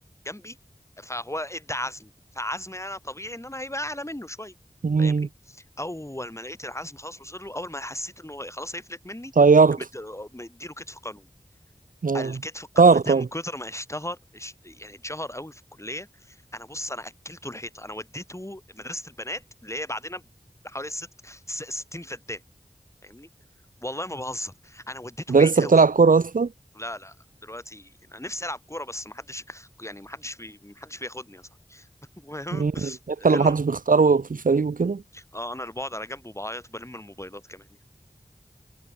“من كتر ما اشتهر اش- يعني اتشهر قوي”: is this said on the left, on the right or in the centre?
Left